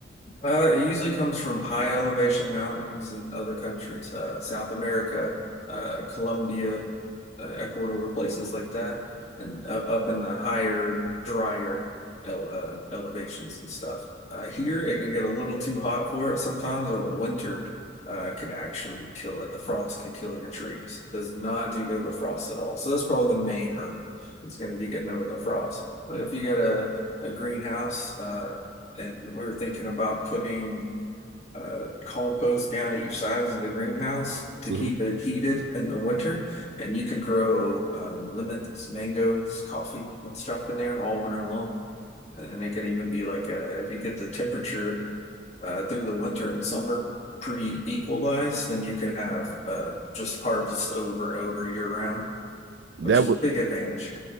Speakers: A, on the left (about 35°); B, on the right (about 70°).
A: Uh, it usually comes from high elevation mountains in other countries, uh, South America, uh, Colombia, uh, Ecuador, places like that, and uh, up in the higher, drier ele uh, elevations and stuff. Uh, here, it can get a little too hot for it sometimes, or the winter uh, could actually kill it. The frost could kill your trees. It does not do good with frost at all. So that's probably the main hurdle. It's going to be getting over the frost. But if you got a a greenhouse. Uh, and we're thinking about putting uh, compost down each sides of the greenhouse to
B: Mhm.
A: keep it heated in the winter. And you could grow um, lemons, mangoes, coffee, and stuff in there all winter long. And it can even be like a, if you get the temperature uh, through the winter and summer pretty equalized, then you can have uh, just harvest over and over year round,
B: That
A: which is
B: would
A: a big advantage,